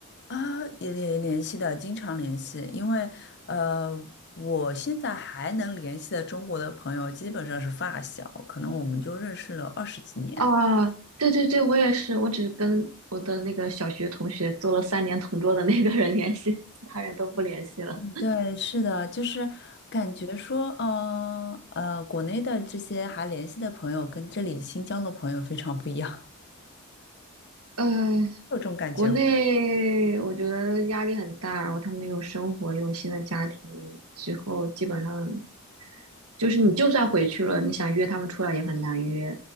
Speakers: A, on the left (about 50°); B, on the right (about 80°).
A: 啊，也联联系的，经常联系，因为呃，我现在还能联系的中国的朋友基本上是发小，可能我们就认识了二十几年。
B: 啊，对对对，我也是，我只跟我的那个小学同学做了三年同桌的那个人联系，其他人都不联系了。
A: 对，是的，就是感觉说，呃呃，国内的这些还联系的朋友跟这里新疆的朋友非常不一样，<laughs>
B: 呃，
A: 有这种感觉吗？
B: 国内我觉得压力很大，然后他们有生活，有新的家庭之后，基本上就是你就算回去了，你想约他们出来也很难约，